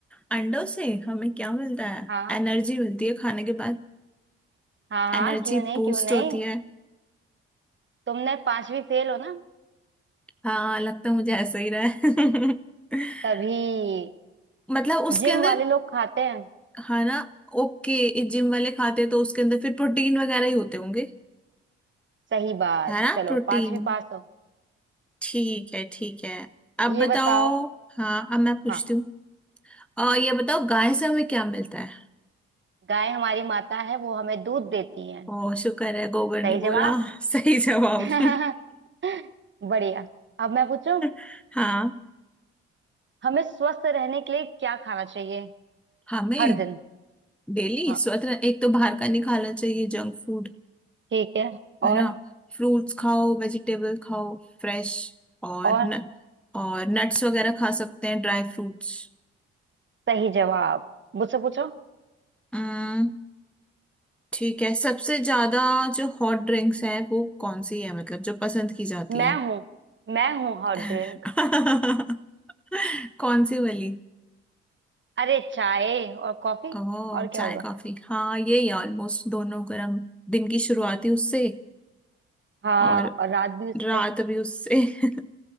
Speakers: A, in the centre; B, on the right.
A: अंडों से हमें क्या मिलता है
B: हाँ
A: एनर्जी मिलती है खाने के बाद
B: हाँ हाँ
A: एनर्जी
B: क्यों नहीं
A: बूस्ट
B: क्यों नहीं
A: होती है
B: तुमने पांचवी फेल हो ना
A: हाँ लगता है मुझे ऐसा ही रहा है <laughs>
B: तभी
A: मतलब उसके
B: जिम
A: अंदर
B: वाले लोग खाते हैं
A: है ना ओके जिम वाले खाते हैं तो उसके अंदर फिर प्रोटीन वगैरह ही होते होंगे
B: सही बात
A: है ना
B: चलो
A: प्रोटीन
B: पांचवी पास हो
A: ठीक है ठीक है अब
B: ये
A: बताओ
B: बताओ
A: हाँ अब मैं पूछती
B: हाँ
A: हूँ और ये बताओ गाय से हमें क्या मिलता है
B: गाय हमारी माता है वो हमें दूध देती है
A: ओ शुक्र है गोबर
B: सही
A: ने
B: जवाब
A: बोला <laughs> सही जवाब
B: <laughs> बढ़िया अब मैं पूछूं
A: <laughs> हाँ
B: हमें स्वस्थ रहने के लिए क्या खाना चाहिए
A: हमें
B: हर दिन
A: डेली
B: हाँ
A: स्वतः एक तो बाहर का नहीं खाना चाहिए जंक फूड
B: ठीक है
A: है
B: और
A: ना फ्रूट्स खाओ वेजिटेबल खाओ फ्रेश और
B: और
A: न, और नट्स वगैरह खा सकते हैं ड्राई फ्रूट्स
B: सही जवाब मुझसे पूछो
A: हम्म ठीक है सबसे ज्यादा जो हॉट ड्रिंक्स है वो कौन सी है मतलब जो पसंद की जाती
B: मैं
A: है
B: हूँ मैं हूँ हॉट
A: <laughs>
B: ड्रिंक
A: कौन सी वाली
B: अरे चाय और कॉफी
A: ओह
B: और क्या
A: चाय
B: होगा
A: कॉफी हाँ ये ही ऑलमोस्ट दोनों गर्म दिन की शुरुआत ही उससे
B: हाँ
A: और
B: और रात भी उससे
A: रात भी उससे <laughs>